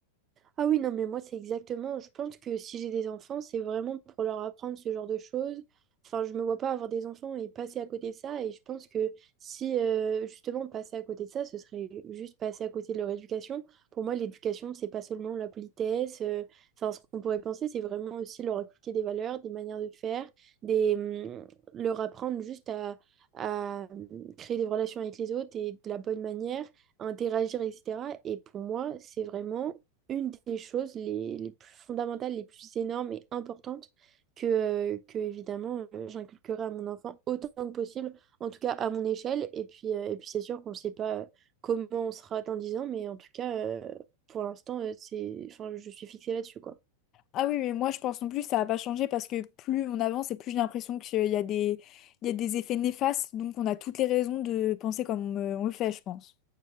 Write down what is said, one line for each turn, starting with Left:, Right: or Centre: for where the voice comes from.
Right: Ah oui, non, mais moi, c'est exactement. Je pense que si j'ai des enfants, c'est vraiment pour leur apprendre ce genre de choses. Enfin, je me vois pas avoir des enfants et passer à côté de ça. Et je pense que si, euh, justement, passer à côté de ça, ce serait juste passer à côté de leur éducation. Pour moi, l'éducation, c'est pas seulement la politesse. euh, Enfin, ce qu'on pourrait penser, c'est vraiment aussi leur inculquer des valeurs, des manières de faire, des, hum, leur apprendre juste à, à hum, créer des relations avec les autres et de la bonne manière à interagir, etc. Et pour moi, c'est vraiment une des choses les, les plus fondamentales, les plus énormes et importantes que, euh, que évidemment, euh, j'inculquerai à mon enfant autant que possible, en tout cas à mon échelle. Et puis, euh, et puis c'est sûr qu'on ne sait pas euh, comment on sera dans 10 ans, mais en tout cas, euh, pour l'instant, euh, c'est, enfin, je suis fixée là-dessus, quoi.
Left: Ah oui, mais moi je pense non plus ça va pas changer parce que plus on avance et plus j'ai l'impression qu'il y a des, il y a des effets néfastes, donc on a toutes les raisons de penser comme euh, on le fait, je pense.